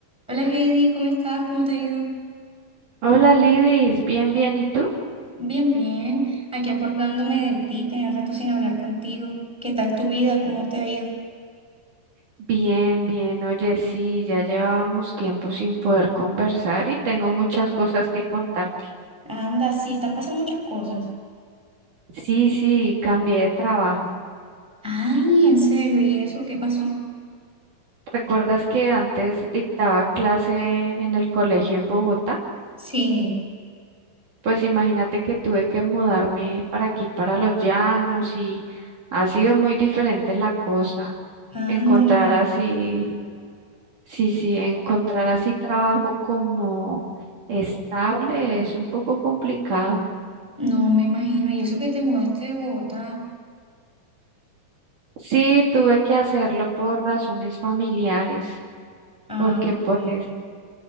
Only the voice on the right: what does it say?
Hola Lidis, bien, bien, ¿y tú?
Bien, bien, oye, sí, ya llevábamos tiempo sin poder conversar y tengo muchas cosas que contarte.
Sí, sí, cambié de trabajo.
¿Recuerdas que antes dictaba clase en el colegio en Bogotá?
Pues imagínate que tuve que mudarme para aquí, para Los Llanos, y ha sido muy diferente la cosa.
Encontrar así Sí, sí, encontrar así trabajo como estable es un poco complicado.
Sí, tuve que hacerlo por razones familiares,
porque
pues,